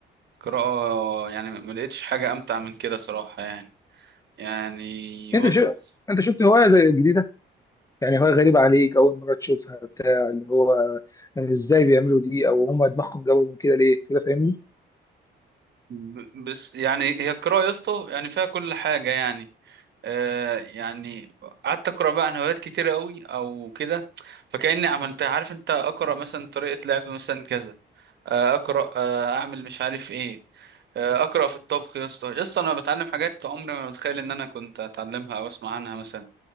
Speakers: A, on the right (about 60°); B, on the left (about 15°).
A: القراءة يعني ما لقيتش حاجة امتع من كده صراحة يعني يعني
B: شفت
A: بص
B: انت شو انت شفت هوايه زي- جديده يعني هو غريب عليك أول مرة تشوفها بتاع اللي هو يعني إزاي بيعملوا دي أو هما دماغهم جابوا من كده ليه كده فاهمني؟
A: ب- بس يعني هي القراءة يا اسطى يعني فيها كل حاجة يعني آه يعني قعدت اقرا بقى عن هوايات كتيرة قوي او كده فكأني عملت عارف انت اقرا مثلا طريقة لعب مثلا كذا آه، اقرا آه، اعمل مش عارف ايه آه، اقرا في الطبخ يا اسطى يا اسطى انا بتعلم حاجات عمري ما متخيل ان انا كنت اتعلمها او اسمع عنها مثلا